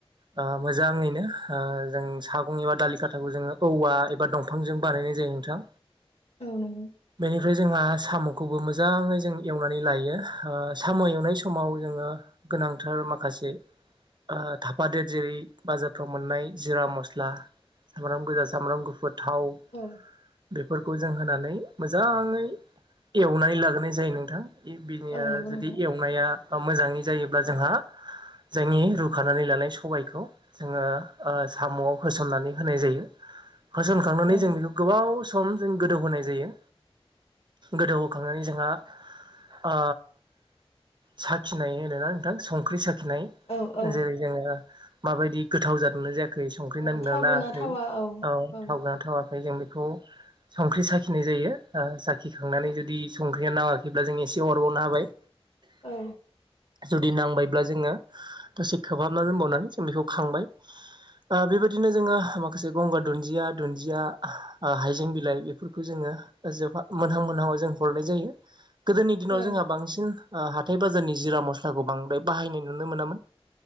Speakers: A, on the right; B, on the left.
A: ओ मोजाङैनो ओ जों सागं एबा दालि खाथाखौ जोङो औवा एबा दंफांजों बानायनाय जायो नोंथां
B: नंगौ
A: बेनिफ्राय जोंहा साम'खौबो मोजाङै जों एवनानै लायो ओ साम' एवनाय समाव जोङो गोनांथार माखासे ओ थाफादेर जेरै- बाजारफ्राव मोननाय जिरा मस्ला सामब्राम गोजा सामब्राम गुफुर थाव
B: औ
A: बेफोर खौ जों होनानै मोजाङै एवनानै लाग्रोनाय जायो नोंथां। बिदिनो
B: औ नंगौ
A: जुदि
B: नोंथां
A: एवनाया मोजाङै जायोब्ला जोंहा जोंनि रुखानानै लानाय सबायखौ जोङो साम'आव होसननानै होनाय जायो। होसनखांनानै
B: औ
A: जों बेखौ गोबाव सम जों गोदौ होनाय जायो। गोदौहोखांनानै जोंहा ओ साखिनाय होनो। नोंथां संख्रि साखिनाय
B: औ औ
A: जेरै जोङो माबायदि गोथाव जादोंमोन जाय खै संख्रि
B: औ
A: नांदोंना
B: थावदुना
A: नाङाखै
B: थावा औ
A: ओ
B: औ
A: थाव गोना थावाखै जों बेखौ संख्रि साखिनाय जायो साखिखांनानै जुदि संख्रिया नाङाखैब्ला जों एसे हरबावनो हाबाय।
B: औ
A: जुदि नांबायब्ला जोङो दसे खोबहाबना दोनबावनानै जों बेखौ खांबाय बेबायदिनो जोङो माखासे गंगार दुन्दिया दुन्दिया हाइजें बिलाइ बेफोरखौ जोङो जोहा मोनहां मोनहां आव जों हरनाय जायो। गोदोनि दिनाव
B: औ
A: जोंहा बांसिन ओ हाथाय बाजारनि जिरा मस्लाखौ बांद्राय बाहायनाय नुनो मोनामोन